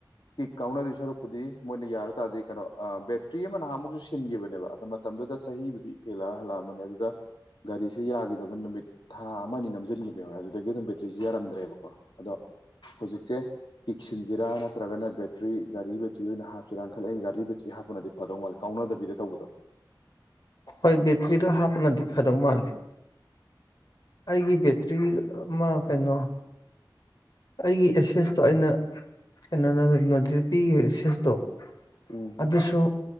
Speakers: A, on the left; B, on the left.
A: ꯀꯤꯛ ꯀꯥꯎꯅꯗ ꯁꯔꯨꯛꯄꯨꯗꯤ ꯃꯣꯏꯅ ꯌꯥꯔ ꯇꯥꯔꯗꯤ ꯀꯩꯅꯣ ꯕꯦꯇ꯭ꯔꯤ ꯑꯃ ꯅꯍꯥꯃꯨꯛꯁꯨ ꯁꯤꯟꯈꯤꯕꯅꯦꯕ ꯃꯇꯝꯗꯨꯗ ꯆꯍꯤꯕꯨꯗꯤ ꯍꯦꯜꯂꯛ ꯍꯜꯂꯛꯑꯕꯅꯦ ꯑꯗꯨꯗ ꯒꯥꯔꯤꯁꯦ ꯌꯥꯒꯤꯗꯕ ꯅꯨꯃꯤꯠ ꯊꯥ ꯑꯃꯅꯤ ꯅꯝꯁꯤꯟꯈꯤꯕ ꯌꯥ ꯍꯣꯏꯦ ꯑꯗꯨꯗꯒꯤ ꯑꯗꯨꯝ ꯄꯤꯊ ꯁꯤꯁꯨ ꯌꯥꯔꯝꯗ꯭ꯔꯦꯕꯀꯣ ꯑꯗꯣ ꯍꯧꯖꯤꯛꯁꯦ ꯀꯤꯛ ꯁꯤꯟꯖꯤꯔꯥ ꯅꯠꯇ꯭ꯔꯒꯅ ꯕꯦꯠ ꯒꯥꯔꯤ ꯦꯆꯤ ꯑꯣꯏꯅ ꯍꯥꯞꯁꯤꯔꯥꯅꯈꯠꯂꯛꯏ ꯍꯥꯞꯄꯅ ꯐꯗꯧ ꯃꯥꯜꯜꯂꯤ ꯀꯥꯎꯅꯗꯕꯤꯗ ꯇꯧꯕꯗꯣ
B: ꯍꯣꯏ ꯕꯦꯇ꯭ꯔꯤ ꯇꯣ ꯍꯥꯞꯅꯗꯤ ꯐꯗꯧ ꯃꯥꯜꯂꯤ ꯑꯩꯒꯤ ꯕꯦꯇ꯭ꯔꯤ ꯑꯃ ꯀꯩꯅꯣ ꯑꯩꯒꯤ ꯑꯦꯁꯦꯁꯇꯣ ꯑꯩꯅ ꯀꯩꯅꯣꯅ ꯅꯗ ꯄꯤꯈꯤꯕ ꯑꯦꯁꯦꯁꯇꯣ
A: ꯎꯝ
B: ꯑꯗꯨꯁꯨ